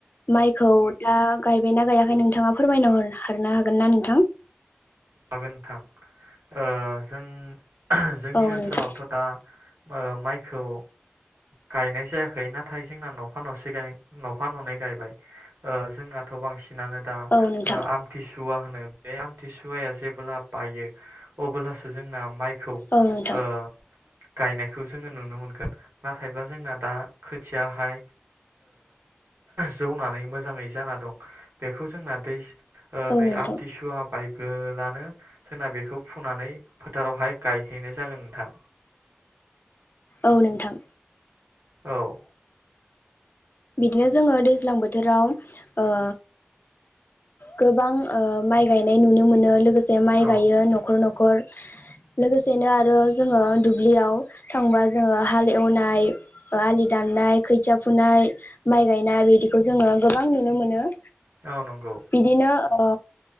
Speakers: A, on the left (about 50°); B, on the right (about 80°).
A: माइखौ दा गायबायना गायाखै नोंथाङा फोरमायनार हरनो हागोन ना नोंथां?
B: हागोनथां ओ जों जोंनि
A: औ
B: ओनसोलावथ'
A: नोंथां
B: दा ओ माइखौ गायनाय जायाखै नाथाय जोंना न'फा न'से गाय न'फा न'नै गायबाय ओ जोंनाथ' बांसि नानो दा
A: औ नोंथां
B: आमथिुवा होन बे आमथिसु वाया जेब्ला बायो अब्लासो जोंना माइखौ ओ
A: औ नोंथां
B: गायनायखौ जोङो नुनो मोनगोन। नाथायब्ला जोंना दा खोथियाहाय जौनानै मोजाङै जाना दं बेखौ जोंना दै ओ
A: औ
B: नै
A: नोंथां
B: आमथिसुवा बाय ब्लोलानो जोंना बेखौ फुनानै फोथारावहाय गायहैनाय जागोन नोंथां।
A: औ नोंथां।
B: औ
A: बिदिनो जोङो दैज्लां बोथोराव ओ गोबां ओ माइ गायनाय नुनो मोनो लोगोसे जे माइ
B: औ
A: गायो न'खर न'खर खर लोगोसेनो आरो जोङो दुब्लियाव थांबा जोङो हाल एवनाय आलि दाननाय खोथिया फुनाय माइ गायनाय बिदिखौ जोङो गोबां नुनो मोनो।
B: औ नंगौ।
A: बिदिनो ओ